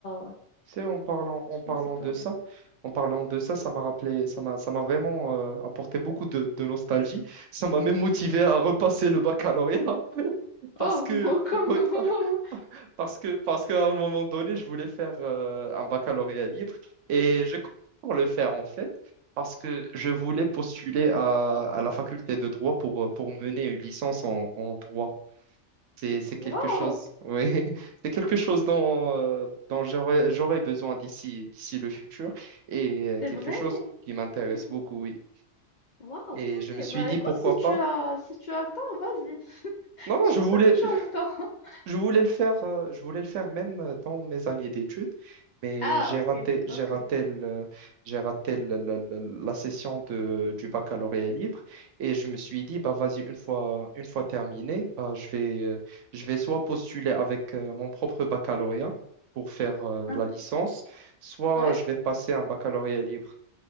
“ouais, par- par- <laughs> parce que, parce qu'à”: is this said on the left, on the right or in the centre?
Right